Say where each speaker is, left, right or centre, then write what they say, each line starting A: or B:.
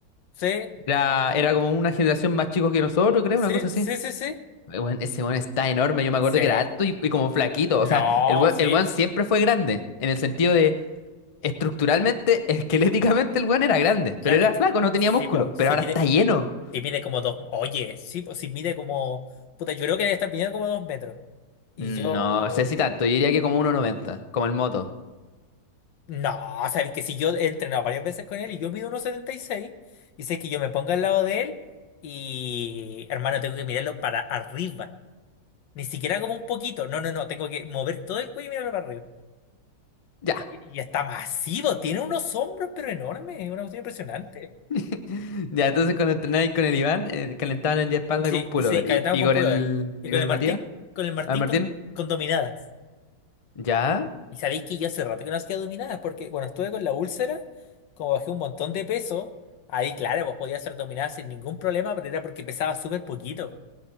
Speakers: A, on the left; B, on the left.
A: Sí,
B: Era, era como una generación más chico que nosotros, creo,
A: sí,
B: una cosa así.
A: sí, sí, sí.
B: Eh, weón, ese weón está enorme. Yo me acuerdo
A: Sí.
B: que era alto y, y como flaquito. O sea,
A: No,
B: el weón,
A: sí.
B: el weón siempre fue grande. En el sentido de estructuralmente, <laughs> esqueléticamente, el weón era grande.
A: Claro,
B: Pero era
A: es que
B: flaco, no tenía
A: sí,
B: músculo.
A: po, si
B: Pero ahora
A: mide,
B: está lleno.
A: si mide como dos. Oye, sí, po, si mide como. Puta, yo creo que debe estar midiendo como dos metros. Y
B: No
A: yo.
B: sé si tanto. Yo diría que como 1,90, como el moto.
A: No, sabes que si yo he entrenado varias veces con él y yo mido 1,76 y seis, y sé que yo me ponga al lado de él y. Hermano, tengo que mirarlo para arriba. Ni siquiera como un poquito. No, no, no. Tengo que mover todo el cuello y mirarlo para arriba.
B: Ya.
A: Y, y está masivo. Tiene unos hombros, pero enormes. Es una cuestión impresionante.
B: <laughs> Ya, entonces cuando entrenaba ahí con el Iván, eh, calentaban el día de espalda
A: Sí,
B: con pullover.
A: sí, calentamos
B: ¿Y, y
A: con
B: con
A: pullover.
B: el,
A: Y
B: y
A: con
B: con
A: el
B: el
A: Martín,
B: Matías?
A: con el Martín
B: ¿Al Martín?
A: con, con dominadas.
B: ¿Ya?
A: Y sabéis que yo hace rato que no hacía dominadas, porque cuando estuve con la úlcera, como bajé un montón de peso, ahí claro, pues podía hacer dominadas sin ningún problema, pero era porque pesaba súper poquito.